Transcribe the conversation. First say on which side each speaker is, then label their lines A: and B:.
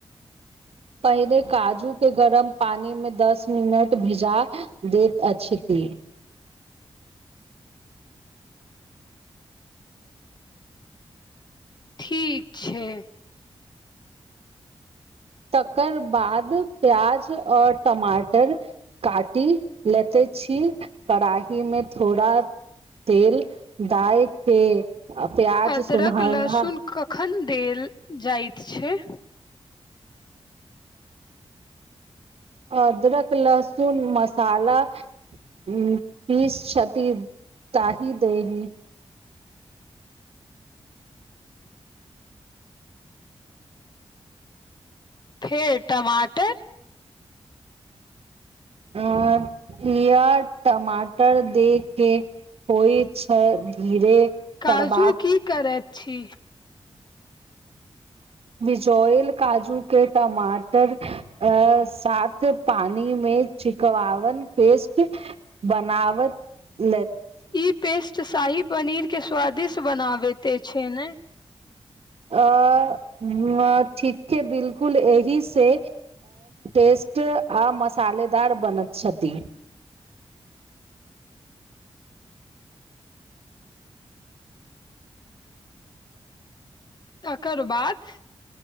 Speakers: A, on the right; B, on the left.
A: पहिनेे काजू के गरम पानि मे दस मिनट भिजा दैत अछती
B: ठीक छै
A: तकर बाद प्याज और टमाटर काटि लेते छी कड़ाही मे थोड़ा तेल डाल के प्याज
B: अदरक
A: सुनहरा
B: लहसुन कखन देल जाइत छै
A: अदरक लहसुन मसाला पीस छथि <unintelligible>
B: फेर टमाटर
A: आ किया टमाटर दे के होइ छै धीरे
B: काजू
A: करबाक
B: की करैत छी
A: बिजोयल काजू के टमाटर साथ पानि मे चिकवावन पेस्ट बनाव <unintelligible>
B: ई पेस्ट शाही पनीर के स्वादिष्ट बनाबते छै ने
A: अ ठीके बिलकुल एहिसँ टेस्ट आ मसालेदार बनत छथि
B: तकर बाद